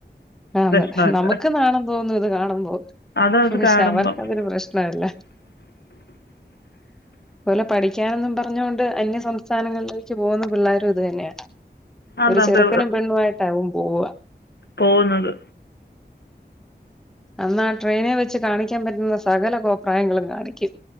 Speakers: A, in the centre; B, on the left (about 75°).
A: അതേ
B: പ്രശ്നമൊക്കെ
A: നമുക്ക് നാണം തോന്നും ഇത് കാണുമ്പോ.
B: അതത്
A: പക്ഷെ
B: കാണുമ്പം
A: അവർക്കതൊരു പ്രശ്നമല്ല.
B: <inaudible>
A: പോലെ പഠിക്കാനെന്നും പറഞ്ഞോണ്ട് അന്യസംസ്ഥാനങ്ങളിലേക്ക് പോകുന്ന പിള്ളേരും ഇത് തന്നെയാ.
B: അതത്
A: ഒരു ചെറുക്കനും പെണ്ണു ആയിട്ടാവും പോവ്വ
B: പോന്നത്
A: അന്നാ ആ ട്രെയിനെ വെച്ച് കാണിക്കാൻ പറ്റുന്ന സകല കോപ്രായങ്ങളും കാണിക്കും